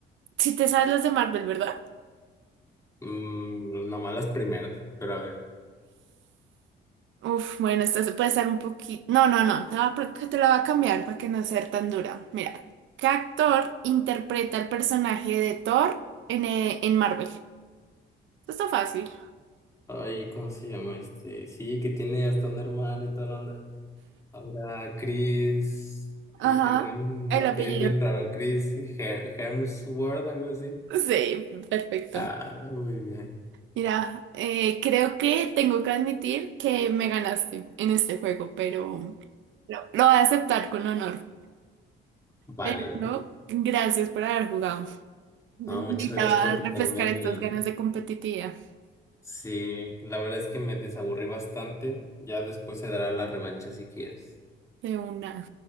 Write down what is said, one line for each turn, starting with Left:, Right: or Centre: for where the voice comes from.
Right: Si te sabes las de Marvel, ¿verdad?
Left: Mm, nomás las primeras, pero a ver.
Right: Uf, bueno, esta se puede estar un poquito. No, no, no. Te la voy a pro- te la voy a cambiar para que no sea tan dura. Mira, ¿qué actor interpreta el personaje de Thor en, eh, en Marvel? Esto está fácil.
Left: Ay, ¿cómo se llama este? Sí, que tiene hasta un hermano y toda la onda. Ahora, Chris,
Right: Ajá.
Left: ahí tendría un
Right: El
Left: apellido
Right: apellido.
Left: bien raro, Chris Her- Hemsworth, algo así.
Right: Sí, perfecto.
Left: Ah, muy bien.
Right: Mira, eh, creo que tengo que admitir que me ganaste en este juego, pero lo, lo voy a aceptar con honor.
Left: vale
Right: Pero gracias por haber jugado. Necesitaba
Left: No, muchas gracias por quitarme
Right: refrescar estas
Left: mi...
Right: ganas de competitividad.
Left: Sí, la verdad es que me desaburrí bastante. Ya después se dará la revancha si quieres.
Right: De una.